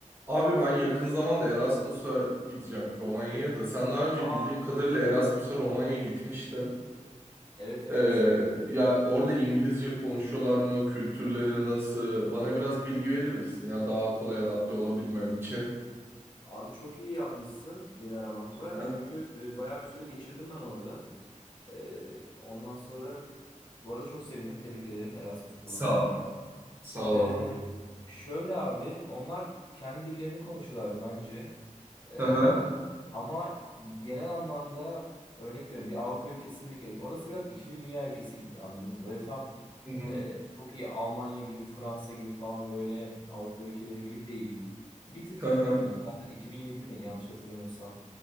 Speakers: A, on the right (about 15°); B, on the left (about 35°).
A: Abi ben yakın zamanda Erasmus'a gideceğim Romanya'ya da. Sen daha önce
B: Aa,
A: bildiğim kadarıyla Erasmus'a Romanya'ya gitmiştin.
B: evet evet.
A: Ee, ya orada İngilizce konuşuyorlar mı? Kültürleri nasıl? Bana biraz bilgi verir misin ya daha kolay adapte olabilmem için?
B: Abi çok iyi yapmışsın beni aramakla.
A: Hı.
B: Çünkü e, bayağı bir süre geçirdim ben orada. E, ondan sonra bu arada çok sevindim. Tebrik ederim Erasmus programını.
A: Sağ ol. Sağ
B: E,
A: ol abi.
B: şöyle abi onlar kendi dillerini konuşuyorlar Rumence. E,
A: Hı
B: ama genel anlamda örnek veriyorum bir Avrupa ülkesindeki orası biraz ikinci dünya ülkesi gibi anladın mı? Böyle tam
A: hı.
B: Ee, çok iyi Almanya gibi, Fransa gibi falan böyle Avrupa ülkeleri gibi değil. Bir tık
A: Hı
B: ikinci
A: hı.
B: dünya. Zaten 2007 mi yanlış hatırlamıyorsam